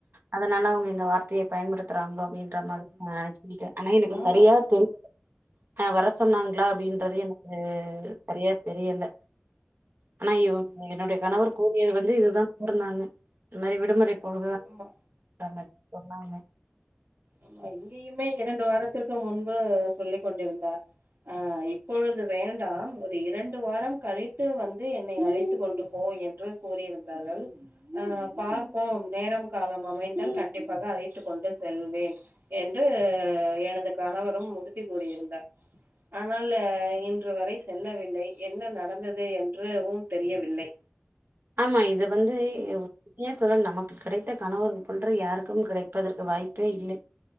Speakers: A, on the right; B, on the right.
A: அதனால அவுங்க இந்த வார்த்தைய பயன்படுத்துறாங்க அப்டின்ற மாதிரி நா நெனச்சிருக்கிட்ட ஆனா எனக்கு
B: ஆமா
A: சரியா தெரிய ஆ வர சொன்னாங்ளா அப்டின்றது எனக்கு சரியா தெரியல ஆனா இவுங்க என்னோட கணவர் கோமியா வந்து இதுதா பொறந்தாங்க இது மாரி விடுமுறை போல தா
B: ஆமா
A: டாமர் சொன்னாங்க
B: ஆமா இங்கேயுமே இரண்டு வாரத்திற்கு முன்பு சொல்லி கொண்டிருந்தார் ஆ இப்பொழுது வேண்டாம் ஒரு இரண்டு வாரம் கழித்து வந்து என்னை அழைத்து கொண்டு போ என் றுக் கூறியிருந்தார்கள் ஆ பார்ப்போம் நேரம் காலம் அமைந்தால் கண்டிப்பாக அழைத்து கொண்டு செல்வேன் என்று எனது கணவரும் உறுதி கூறியிருந்தா ஆனால் இன்று வரை சொல்ல வில்லை என்ன நடந்தது என்று வும் தெரியவில்லை
A: ஆமா இத வந்து ஏ சொல்ல நமக்கு கிடை த்த கணவர்க்கு போன்ற யாருக்கும் கிடைப்பதற்கு வாய்ப்பே இல்லை